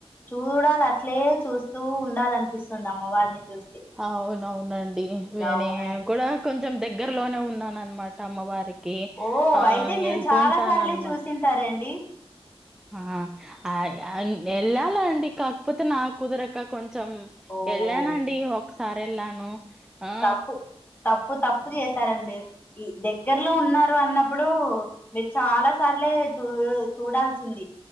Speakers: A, on the left; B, in the centre.
A: చూడాల అట్లే చూస్తూ ఉండాలనిపిస్తుంది అమ్మ వారిని చూసు
B: అవునవునండి విని
A: అవునండి
B: కూడా కొం కొంచెం దగ్గరలోనే ఉన్నాన అనమాట అమ్మవారికి
A: ఓ
B: ఆ
A: అయితే మీరు
B: ఎల్తు
A: చాలా
B: ఉంటా
A: సార్లే
B: నన్మాట
A: చూసింటారండి
B: ఆ అయి అయి వెళ్ళాల అండి కాకపోతే నా కుదరక కొంచెం కొంచం
A: ఓ
B: వెళ్ళానండి ఒకసారి వెళ్ళాను ఆ
A: తప్పు తప్పు తప్పు చేశారండి మీరు దగ్గరలో ఉన్నారు అన్నప్పుడు మీరు చాలా సార్లే చూ చూడాల్సింది